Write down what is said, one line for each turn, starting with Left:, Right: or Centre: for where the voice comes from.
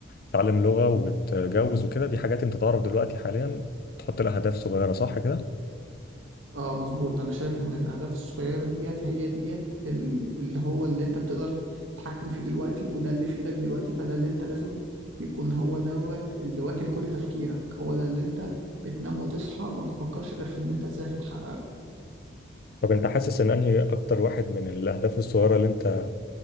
Left: تتعلم لغه وتتجوز وكده دي حاجات انت تعرف دلوقتي حاليا تحط لها اهداف صغيره صح كده
Right: اه مظبوط انا شايف ان الاهداف الصغيره ديت هي ديت ال- اللي هو اللي انت بتقدر تتحكم فيه دلوقتي وده اللي في ايدك دلوقتي فده اللي انت لازم يكون هو دوت اللي واكل كل تفكيرك هو ده اللي انت بتنام وتصحى ما بتفكرش غير في ان انت ازاي هتحققه
Left: طب انت حاسس ان انهي اكتر واحد من الاهداف الصغيره اللي انت